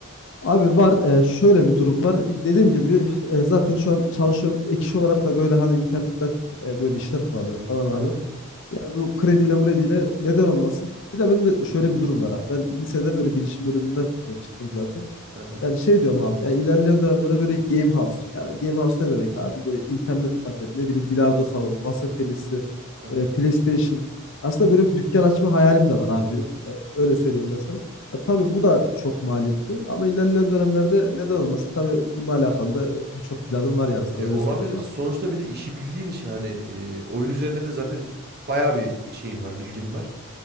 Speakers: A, on the left; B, on the right.
A: Abi var e, şöyle bir durum var. Dediğim gibi e, zaten şu an çalışıyorum. Ek iş olarak da böyle hani internetten e, böyle işler kovalıyorum falan
B: Hı hı.
A: abi. Yani bu krediyle mrediyle neden olmasın? Bir de bende şöyle bir durum var abi. Ben lisede böyle bilişim bölümünden e, çıktım zaten.
B: Hı hı.
A: Yani şey diyorum abi. Yani ilerleyen dönemlerde böyle game house. Yani game house ne demek abi? Böyle internet kafe, ne bileyim bilardo salonu, masa tenisi,
B: hı hı.
A: e, PlayStation. Aslında böyle bir dükkan açma hayalim de var abi benim. E, öyle söyleyeyim ben sana. Ya tabii bu da çok maliyetli ama ilerleyen dönemlerde neden olmasın? Tabii bununla alakalı da birçok planım var yani sana
B: E,
A: öyle
B: olabilir.
A: söyleyeyim abi.
B: Sonuçta bir de işi bildiğin için hani e, oyun üzerine de zaten bayağı bir şeyim var, bilgim var.